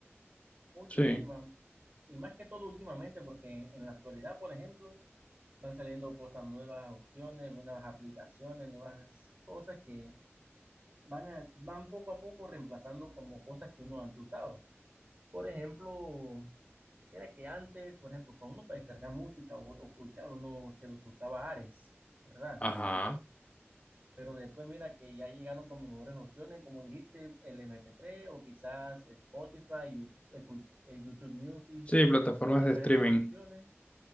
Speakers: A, on the right; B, on the left.
A: Uy,
B: sí,
A: que última, y más que todo últimamente, porque en la actualidad, por ejemplo, van saliendo cosas nuevas, opciones, nuevas aplicaciones, nuevas cosas que van, a- van poco a poco reemplazando como cosas que uno antes usaba. Por ejemplo, mira que antes, por ejemplo, para uno para descargar música o, o escuchar, uno se usaba Ares, ¿verdad?
B: ajá.
A: Pero después mira que ya llegaron con mejores opciones, como dijiste, el mp tres o quizás Spotify, Yu- eh, cu- eh, YouTube Music
B: Sí, plataformas
A: o diferentes
B: de streaming.
A: opciones